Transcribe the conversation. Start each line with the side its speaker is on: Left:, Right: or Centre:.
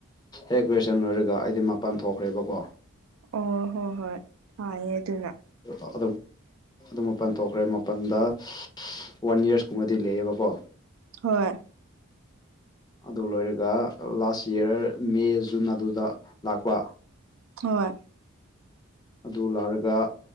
Left: ꯍꯦꯛ ꯒ꯭ꯔꯦꯁꯟ ꯂꯣꯏꯔꯒ ꯑꯩꯗꯤ ꯃꯄꯥꯟ ꯊꯣꯛꯈ꯭ꯔꯦꯕꯀꯣ
Right: ꯑꯣ ꯍꯣꯏ ꯍꯣꯏ ꯐꯌꯦ ꯑꯗꯨꯅ
Left: ꯑꯗꯨ ꯑꯗꯨ ꯑꯗꯨ ꯃꯄꯟ ꯊꯣꯛꯈ꯭ꯔꯦ ꯃꯥꯄꯜꯗ ꯋꯥꯟ ꯌꯔꯁꯀꯨꯝꯕꯗꯤ ꯂꯩꯑꯦꯕꯀꯣ
Right: ꯍꯣꯏ
Left: ꯑꯗꯨ ꯂꯣꯏꯔꯒ ꯂꯥꯁ ꯌꯔ ꯃꯦ ꯖꯨꯟ ꯑꯗꯨꯗ ꯂꯥꯛꯄ
Right: ꯍꯣꯏ
Left: ꯑꯗꯨ ꯂꯥꯛꯔꯒ